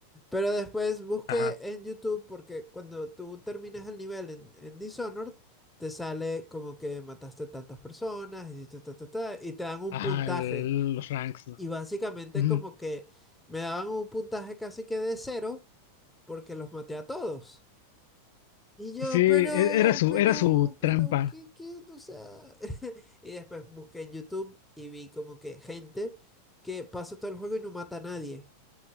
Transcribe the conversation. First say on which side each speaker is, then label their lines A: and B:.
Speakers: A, in the centre; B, on the left.
A: Pero después busqué
B: ajá,
A: en YouTube porque cuando tú terminas el nivel en, en Dishonored, te sale como que mataste tantas personas, hiciste ta, ta, ta, y te dan un
B: ajá,
A: puntaje.
B: el- los ranks, ¿no?
A: Y básicamente
B: Ujú.
A: como que me daban un puntaje casi que de cero porque los maté a todos. Y yo,
B: Sí, e-
A: pero,
B: era su,
A: pero,
B: era su
A: pero,
B: trampa,
A: ¿qué, qué? O sea... <laughs> Y después busqué en YouTube y vi como que gente que pasa todo el juego y no mata a nadie.